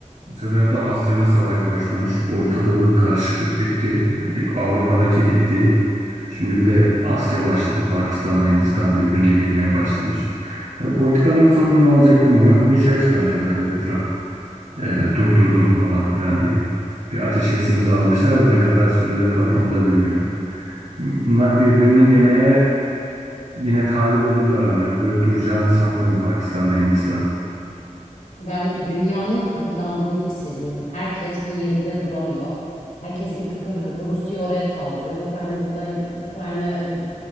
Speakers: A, on the right; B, on the left.
A: Bu sefer de Asya'da savaş başlamış. Ortada bir karışıklık bitti. E, Avrupa'daki bitti. Şimdi bir de Asya başladı. Pakistan'la Hindistan birbirine girmeye başlamış. Ya bu politikaların sonu ne olacak bilmiyorum. Hoş Bugün şey açıklamış Amerika'da Trump. E, durdurdum falan filan diye. Bir ateşkes imzalamışlar da ne kadar süreyle kalır onu da bilmiyorum. Bunlar birbirini yemeye yine talip olurlar ama ya. Böyle duracağını sanmıyorum Pakistan'la Hindistan'ı.
B: Ben dünyanın kıpırdandığını hissediyorum. Herkes bir yerinde duramıyor. Herkes bir kıpır kıpır. Rusya oraya saldırıyor. Ukrayna burada, Ukrayna e,